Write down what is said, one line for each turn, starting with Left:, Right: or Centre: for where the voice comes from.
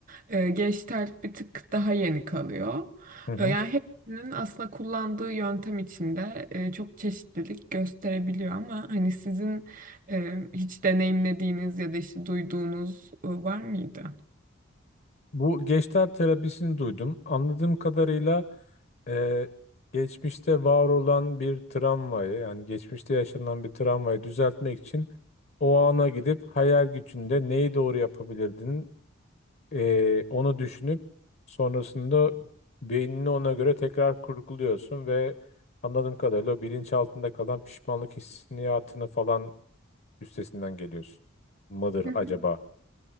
Right: E, Gestalt bir tık daha yeni kalıyor.
Left: Hı hı.
Right: E, Yani Nin aslında kullandığı yöntem içinde e, çok çeşitlilik gösterebiliyor ama hani sizin e, hiç deneyimlediğiniz ya da işte duyduğunuz e, var mıydı?
Left: Bu Gestalt terapisini duydum. Anladığım kadarıyla e, geçmişte var olan bir travmayı, yani geçmişte yaşanan bir travmayı düzeltmek için o ana gidip hayal gücünde neyi doğru yapabilirdin? Ee, onu düşünüp sonrasında beynini ona göre tekrar kurguluyorsun ve anladığım kadarıyla o bilinç altında kalan pişmanlık hissiyatını falan üstesinden geliyorsun. Mıdır
Right: Hı hı.
Left: acaba?